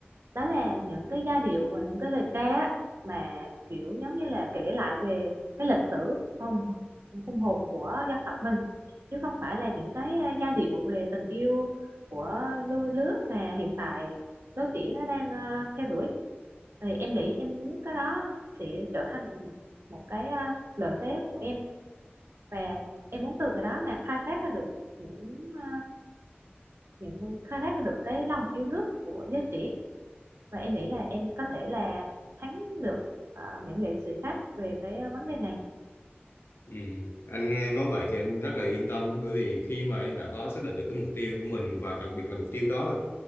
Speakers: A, on the right; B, on the left.
A: đó là những cái giai điệu và những cái lời ca á, mà kiểu giống như là kể lại về cái lịch sử hùng hùng hồn của dân tộc mình chứ không phải là những cái à, giai điệu về tình yêu của đôi lứa mà hiện tại đôi trẻ nó đang à, theo đuổi thì em nghĩ em muốn cái đó sẽ trở thành một cái à, lợi thế của em và em muốn từ cái đó mà khai thác ra được những ờ, những ờ, khai thác ra được cái lòng yêu nước của giới trẻ và em nghĩ là em có thể là thắng được ờ, những nghệ sĩ khác về cái ờ, vấn đề này
B: ừ. anh nghe em nói vậy thì anh rất là yên tâm bởi vì khi mà em đã có xác định được cái mục tiêu của mình và đặc biệt là mục tiêu đó là